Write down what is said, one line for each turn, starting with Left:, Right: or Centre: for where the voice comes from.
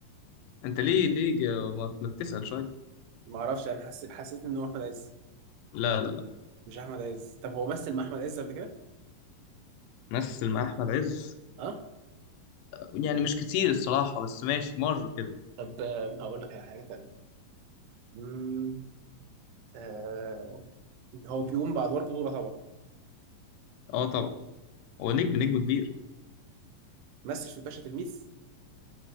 Left: انت ليه ليه جا- ما ما تسأل شوية
Right: ما أعرفش أنا حسيت حسيت إن هو أحمد عز
Left: لا لا لا
Right: مش أحمد عز طب هو مثل مع أحمد عز قبل كده؟
Left: مثل مع احمد عز
Right: اه
Left: يعني مش كتير الصراحة بس ماشي مرة كده
Right: طب آه، هقول لك على حاجه تانية مم، آه هو بيقوم بادوار بطوله طبعا
Left: اه طبعا هو نجم نجم كبير
Right: مثل في الباشا تلميذ